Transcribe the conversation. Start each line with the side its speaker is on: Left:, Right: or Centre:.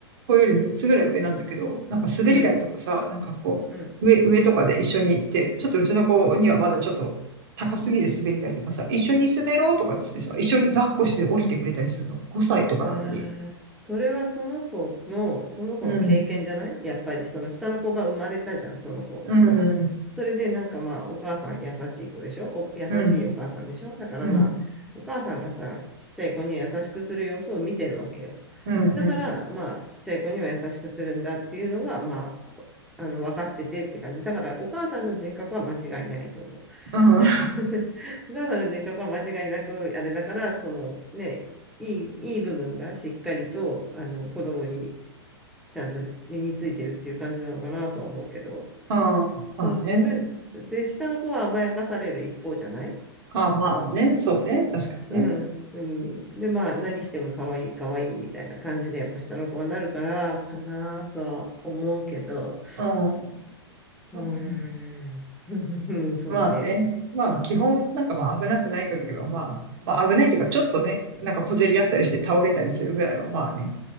Right: うより3つぐらい上なんだけど、なんか滑り台とかさ、
Centre: うん、
Right: なんかこう、
Centre: うん。
Right: 上、上とかで一緒に行って、ちょっとうちの子にはまだちょっと高すぎる滑り台とかさ、一緒に滑ろうとかってってさ、一緒に抱っこして降りてくれたりするの。5歳とかなのに。
Centre: ああ、それはその子の、その子の経験じゃないやっぱりその下の子が生まれたじゃん、
Right: うん、
Centre: その子は。
Right: うん、うん、
Centre: それでなんかまあ、お母さん優しい子でしょお、優しいお母さんでしょだからまあ、
Right: うん、うん、
Centre: お母さんがさ、ちっちゃい子には優しくする様子を見てるわけよ。
Right: うん、
Centre: だからまあ、
Right: うん、
Centre: ちっちゃい子には優しくするんだっていうのがまあ、あの、分かっててって感じ。だからお母さんの人格は間違いないと思う。
Right: うん
Centre: <laughs> お母さんの人格は間違いなく、あれだから、そのね、いい、いい部分がしっかりと、あの、子供にちゃんと身についてるっていう感じなのかなとは思うけど、
Right: あーまあね。
Centre: その自分、で、下の子は甘やかされる一方じゃない
Right: あーまあね。そうね。確かにね。
Centre: うん、うん。で、まあ、何しても可愛い、可愛いみたいな感じで、やっぱ下の子はなるから、かなとは思うけど、
Right: うん、
Centre: うーん、
Right: まあね。
Centre: <laughs> そうね。
Right: まあね。まあ、基本、なんかまあ危なくない限りは、まあ、まあ危ないっていうか、ちょっとね、なんか小競り合ったりして倒れたりするぐらいは、まあね、